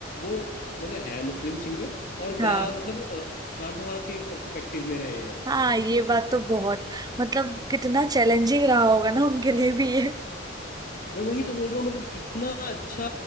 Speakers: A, on the left (about 50°); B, on the right (about 20°).
A: वो मतलब है मुस्लिम सिंगर और
B: हाँ
A: गा मतलब अ, राधा के पर्सपेक्टिव में रहे हैं
B: हाँ ये बात तो बहुत मतलब कितना चैलेंजिंग रहा होगा ना उनके लिए भी ये
A: मैं वही तो बोल रहा हूँ मतलब कितना अच्छा